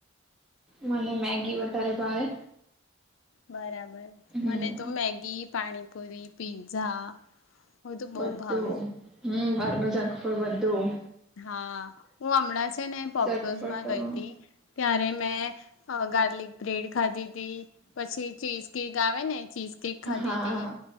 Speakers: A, in the centre; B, on the left (about 70°).
A: મને મેગી વધારે ભાવે.
B: બરાબર. મને
A: હમ
B: તો મેગી પાણીપૂરી, પિઝા, હોય તો બવ
A: બધું
B: ભાવે
A: હમ બર ન જંકફ બધું
B: હા હું હમણાં છે ને પોપટોઝ
A: ચટપટું
B: માં ગઈ હતી ત્ય્યારે મેં ગાર્લિક બ્રેડ ખાધીધી પછી ચીઝ કેક ગાવે ને ચીઝ કેક ખાધી
A: હા
B: તથી